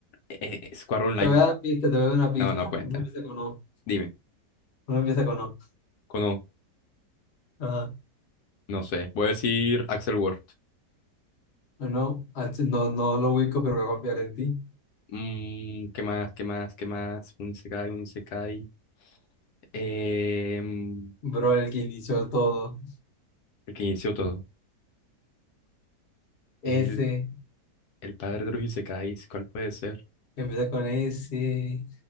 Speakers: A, on the left (about 70°); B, on the left (about 45°).
A: Eh, eh, Square Online.
B: Te voy a dar una pista, te voy a dar una pista.
A: No, no cuenta.
B: Uno empieza con O.
A: Dime.
B: Uno empieza con O.
A: Cono,
B: Ajá.
A: no No sé. Voy a decir Axel Word.
B: No, ah, sí, no, no lo ubico, pero voy a confiar en ti.
A: Mm, ¿qué más? ¿Qué más? ¿Qué más? Un Isekai, un Isekai. Em,
B: Bro, el que inició todo.
A: el que inició todo.
B: S.
A: El, el padre de los Isekais. ¿Cuál puede ser?
B: Empieza con S.